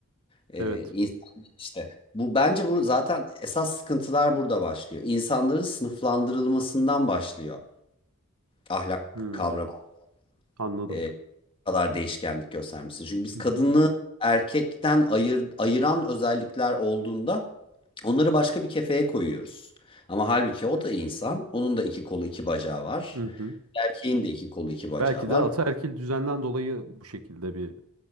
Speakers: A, on the left (about 25°); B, on the right (about 80°).
A: Ee,
B: Evet.
A: insan işte bu bence bu zaten esas sıkıntılar burada başlıyor. İnsanların sınıflandırılmasından başlıyor. Ahlak
B: Hı,
A: kavramı
B: anladım.
A: e, bu kadar değişkenlik göstermesi. Çünkü biz
B: Hı
A: kadını
B: hı.
A: erkekten ayır, ayıran özellikler olduğunda onları başka bir kefeye koyuyoruz. Ama halbuki o da insan. Onun da iki kolu iki bacağı var.
B: Hı hı.
A: Erkeğin de iki kolu iki bacağı
B: Belki
A: var.
B: de ataerkil düzenden dolayı bu şekilde bir